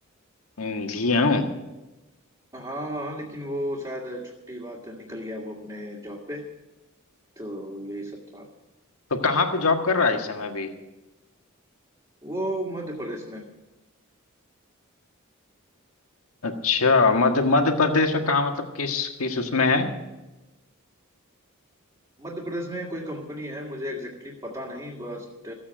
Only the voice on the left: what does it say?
हम्म, लिए हूँ
तो कहाँ पे जॉब कर रहा है इस समय भी
अच्छा मध्य मध्य प्रदेश में कहाँ मतलब किस किस उसमें है